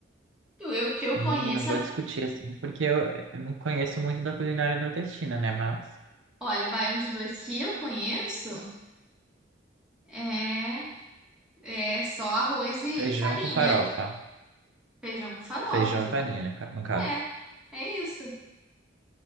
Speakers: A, in the centre; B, on the right.
A: Eu, eu que eu
B: E
A: conheço.
B: não vou
A: é
B: discutir assim, porque eu, eu não conheço muito da culinária nordestina, né? Mas
A: Olha, o baião de dois que eu conheço é, é só arroz e,
B: feijão
A: e farinha.
B: com farofa,
A: Feijão com farofa,
B: feijão
A: só
B: e farinha,
A: com-
B: né, ca- no caso.
A: é, é isso.